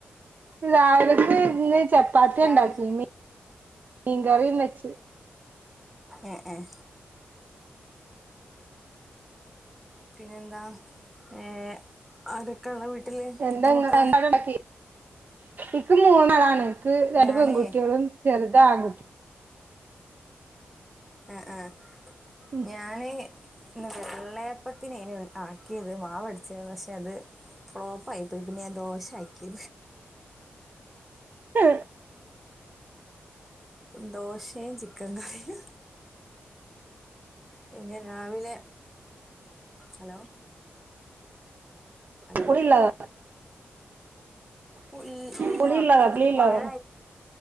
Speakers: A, on the right (about 45°); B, in the centre.
A: രാവിലക്ക് ഇന്ന് ചപ്പാത്തി
B: രാവിലെ
A: ഉണ്ടാക്കീനി മീൻ കറിയും വെച്ച്
B: ഏഹ് ഏഹ് പിന്നെന്താ ഏഹ് ആരൊക്കെള്ളെ വീട്ടില്
A: എന്താ
B: എത്ര മക്കളാ?
A: എന്താണ് ഉണ്ടാക്കി ഇക്ക് മൂന്നാളാണ് നിക്ക് രണ്ട്
B: ഞാനേ
A: പെൺകുട്ടികളും ചെറുത് ആൺകുട്ടി
B: ആഹ് ആഹ്
A: ഉം
B: ഞാന് ഇന്ന് വെള്ളയപ്പത്തിനേനി ആക്കിയത് മാവടിച്ചത് പക്ഷെ അത് ഫ്ലോപ്പ് ആയി പോയി. പിന്നെ ഞാൻ ദോശ ആക്കി.
A: ഉം
B: ദോശയും ചിക്കൻ കറിയും പിന്നെ രാവിലെ ഹലോ ഹലോ
A: പുളിയൊള്ളതാ
B: ഇ ഇല്ല
A: പുളിയൊള്ളതാ പുളിയൊള്ളതാ
B: മഴ